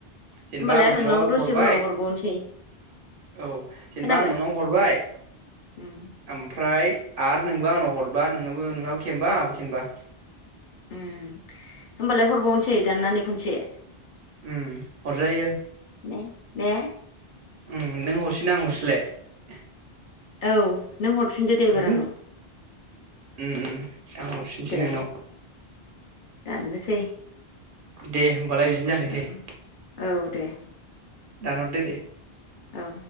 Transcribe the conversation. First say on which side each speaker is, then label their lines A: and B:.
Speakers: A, on the right; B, on the left.
A: जेनेबा
B: होमबालाय
A: आं नोंनाव
B: दसे
A: हरबाय
B: उनाव हरबावनोसै
A: औ जेनेबा
B: खोनाबाय
A: आं नोंनाव हरबाय
B: उम
A: ओम फाय आरो नोंबो आंनाव हरबा नोंनाबो नोनाबो खेनबा आंहाबो खेनबा
B: ओम होमबालाय हरबावनोसै दाननानै खनसे
A: ओम हरजायो
B: ने ने
A: ओम नों हरसि ना आं हरसिलाय
B: औ नों हरफिनदो दे एबार
A: उम
B: आंनाव
A: उम उम आं हरफिनसै
B: दे
A: नोंनाव
B: दाननोसै
A: दे होम बालाय बिदिनो जाथोंसै
B: औ
A: ।
B: औ दे
A: दानरदो दे।
B: औ।